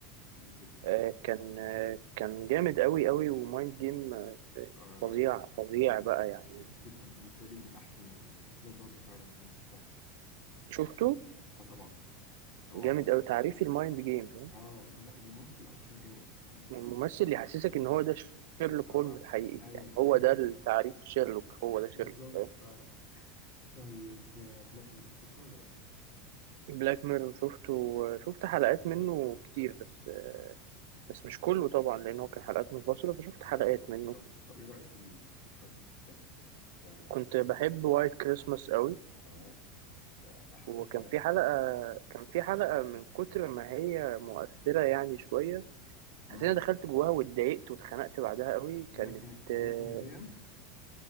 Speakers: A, on the left (about 45°); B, on the right (about 75°).
A: جميل جدا
B: آه، كان آه، كان جامد قوي قوي ومايند جيم آه،
A: اه
B: فظيع
A: لا
B: فظيع
A: جميل
B: بقى يعني
A: جميل جدا بالنسبة لي من احسن المسلسلات برضه فعلا اللي انا شفتها
B: شفته
A: اه طبعا طبعا
B: جامد قوي تعريفي المايند جيم فاهم
A: اه لا لا وممثل اصلا جامد يعني
B: الممثل اللي يحسسك ان هو ده شيرلوك
A: اه
B: هولمز الحقيقي
A: ايوه
B: يعني هو ده التعريف
A: <laughs>
B: شيرلوك هو ده شيرلوك
A: بالظبط
B: فاهم
A: فعلا طيب بلاك ميرور شفته ولا لا
B: بلاك ميرور شفته آه، شفت حلقات منه كتير بس آه، بس مش كله طبعا لان هو كان حلقات منفصله فشفت حلقات
A: طب
B: منه
A: طب طب ايه رأيك في ال- في الحلقات اللي شفتها؟ ك-
B: كنت بحب وايت كريسماس قوي
A: اه ده احسن
B: وكان
A: الحلقات
B: في حلقه
A: فعلا
B: كان في حلقه من كتر ما هي مؤثره يعني شويه حسيت
A: امم
B: إن انا دخلت جواها واتضايقت واتخنقت بعدها قوي
A: بلاك
B: كانت
A: مي...
B: آه،
A: بلاك ميوزيوم